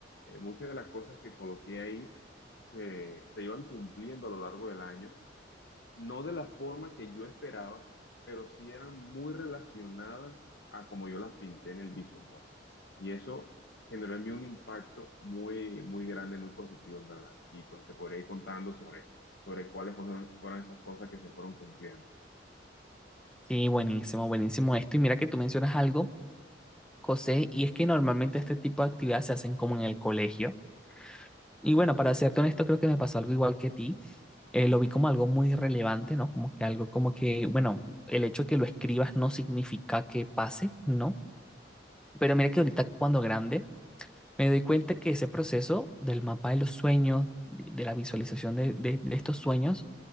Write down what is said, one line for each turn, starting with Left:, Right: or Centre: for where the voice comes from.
Left: eh, muchas de las cosas que coloqué ahí se, se iban cumpliendo a lo largo del año no de la forma que yo esperaba, pero sí eran muy relacionadas a como yo las pinté en el Vision Board. Y eso generó en mí un impacto muy, muy grande, muy positivo, en verdad. Y pues te podría ir contando sobre, sobre cuáles fueron, fueron esas cosas que se fueron cumpliendo.
Centre: Sí, buenísimo, buenísimo esto. Y mira que tú mencionas algo, José, y es que normalmente este tipo de actividades se hacen como en el colegio. Y bueno, para serte honesto, creo que me pasó algo igual que a ti. Eh, lo vi como algo muy relevante, ¿no? Como que algo como que, bueno, el hecho de que lo escribas no significa que pase, ¿no? Pero mira que ahorita cuando grande Me doy cuenta que ese proceso del mapa de los sueños, de de la visualización de, de- de estos sueños,